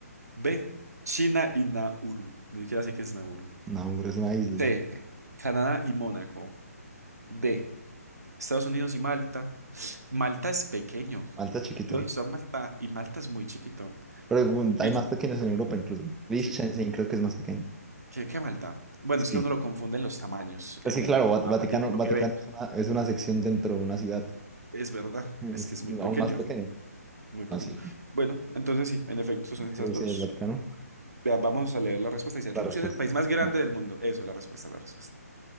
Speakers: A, on the right; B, in the centre.
A: B, China y Nauru. Ni siquiera sé qué es Nauru.
B: Nauru es una isla.
A: C, Canadá y Mónaco. D, Estados Unidos y Malta. Malta es pequeño.
B: Malta es chiquito.
A: Yo he visto a Malta y Malta es muy chiquito.
B: Pero hay
A: Y-
B: más pequeños en Europa incluso. Liechtenstein
A: Sí.
B: creo que es más pequeño.
A: ¿Qué, qué Malta? Bueno,
B: Sí.
A: es que uno lo confunde en los tamaños,
B: Pues
A: en
B: que
A: el
B: claro, Vat-
A: mapa
B: Vaticano,
A: típico
B: Vaticano
A: que ve.
B: es una, es una sección dentro de una ciudad. <laughs>
A: Es verdad, es
B: Es
A: que es muy pequeño.
B: aún más pequeño.
A: Muy pequeño.
B: No, sí.
A: Bueno, entonces sí, en efecto, son esas
B: Rusia
A: dos.
B: y el Vaticano.
A: Vea, Vamos a leer la respuesta. Dice,
B: La
A: Rusia
B: respuesta.
A: es el país más grande
B: No.
A: del mundo. Eso es la respuesta, la respuesta.